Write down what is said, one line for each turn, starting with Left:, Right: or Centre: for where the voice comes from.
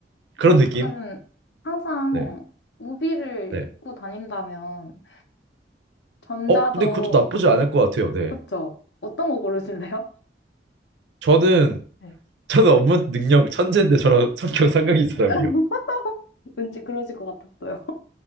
Right: 그런
Left: 약간
Right: 느낌?
Left: 항상
Right: 네.
Left: 우비를
Right: 네.
Left: 입고 다닌다면 전자도
Right: 어, 근데 그것도 나쁘지 않을 것 같아요. 네.
Left: 그쵸? 어떤 거 고르실래요?
Right: 저는
Left: 네.
Right: 저는 업무 능력 천재인데 저랑 성격 상극인 사람이요.
Left: <laughs> 왠지 그러실 것 같았어요.